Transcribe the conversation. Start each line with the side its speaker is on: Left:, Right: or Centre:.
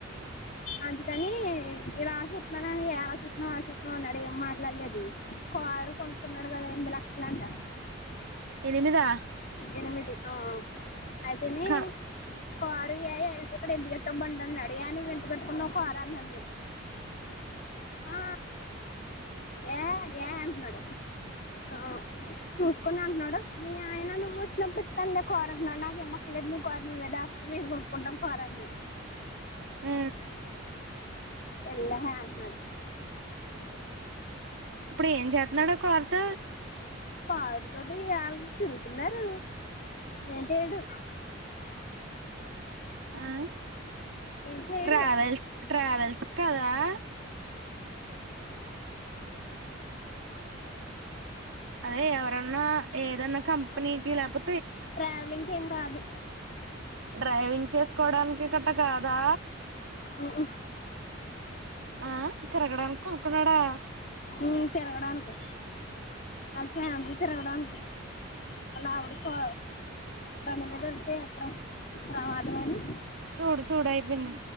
Left: అందుకని ఇలా చూప్న్నానని ఏ రా సప్న్నాం అ చూప్న్నాం అన్నాడు ఏం మాట్లాడలేదు కారు కొనుక్కున్నాడు కదా ఎనిమిది ల లాంట
Right: ఎనిమిదా
Left: ఎనిమిది ఆ అయితేనే
Right: క
Left: కోరుయి ఇక్కడ ఎందు గట్ట బండి అడి అని తగట్టుకూన ఒక ఆరాలండి ఆ ఏ ఏ అంటున్నాడు ఆ చూసుకున్నా అంటున్నాడు నీ ఆయన నువ్వు వచ్చినప్పుడు తనలే కోరంటన్నాడు నాకేమ పక్కదుని కోరను దసుకు మేము కొనుక్కుంటాం కోరాను
Right: మ్
Left: ఎల్ హే అంటున్నాడు
Right: ఇప్పుడు ఏం చేస్తున్నాడా కోరత
Left: పావురు తోటి వాళ్ళ తిరుగుతున్నారు ఏం చేయడు
Right: అ
Left: ఏం చేయడు
Right: ట్రావేల్స్ ట్రావెల్స్ కద ఆ అదే ఎవరన్నా ఏదన్నా కంపెనీకి లేపో
Left: ట్రావెలింగ్ ఏం కాదు
Right: డ్రైవింగ్ చేసుకోవడానికి గట కాదా
Left: ఉహు
Right: ఆ తిరగడానికికో అనుకున్నాడా
Left: ఉమ్ తిరగడానికి వాళ ఫ్యామిలీ తిరగడానికి అలా అవిడు కొ దణమదంత అత్ర ప్రమాధవణి
Right: చూడు చూడు అయిపోయింది